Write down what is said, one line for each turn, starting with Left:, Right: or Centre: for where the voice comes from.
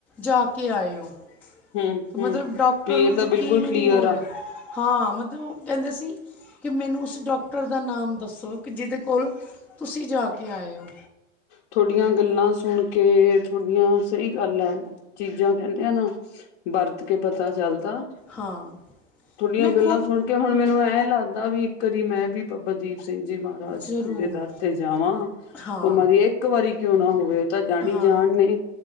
Centre: ਜਾ ਕੇ ਆਏ ਓ ਤੇ
Left: ਹਮ
Centre: ਮਤਲਬ
Left: ਹਮ
Centre: ਡੋਕਟਰ
Left: ਵੀ
Centre: ਨੂੰ
Left: ਇਹ ਤਾਂ
Centre: ਯਕੀਨ
Left: ਬਿਲਕੁਲ ਕਲੀਅਰ
Centre: ਨੀ ਹੋ ਰਿਆ
Left: ਆ
Centre: ਹਾਂ ਮਤਲਬ ਓ ਕੈਂਦਾ ਸੀ ਕੀ ਮੈਨੂੰ ਉਸ ਡੋਕਟਰ ਦਾ ਨਾਮ ਦੱਸੋ ਕੀ ਜਿਦੇ ਕੋਲ ਤੁਸੀਂ ਜਾ ਕੇ ਆਏ ਓ।
Left: ਥੋਡੀਆਂ ਗੱਲਾਂ ਸੁਣ ਕੇ ਥੋਡੀਆਂ ਸਈ ਗੱਲ ਐ ਚੀਜ਼ਾਂ ਕੈਂਦੇ ਆ ਨਾ ਵਰਤ ਕੇ ਪਤਾ ਚੱਲਦਾ
Centre: ਹਾਂ
Left: ਥੋਡੀਆਂ
Centre: ਮੈਂ
Left: ਗੱਲਾਂ
Centre: ਖੁਦ
Left: ਸੁਨ ਕੇ ਹੁਣ ਮੈਨੂੰ ਐਂ ਲੱਗਦਾ ਵੀ ਇੱਕ ਵਾਰੀ ਮੈਂ ਵੀ ਬਾਬਾ ਦੀਪ ਸਿੰਘ ਜੀ ਵਾਰ <unintelligible>
Centre: ਜ਼ਰੂਰ
Left: ਦਰ ਤੇ ਜਾਵਾਂ
Centre: ਹਾਂ
Left: ਪਮਾ ਦੀ ਇੱਕ ਵਾਰੀ ਕਿਉਂ ਨਾ ਹੋਵੇ ਤਾਂ ਜਾਣੀ-ਜਾਣ
Centre: ਹਾਂ
Left: ਨੇ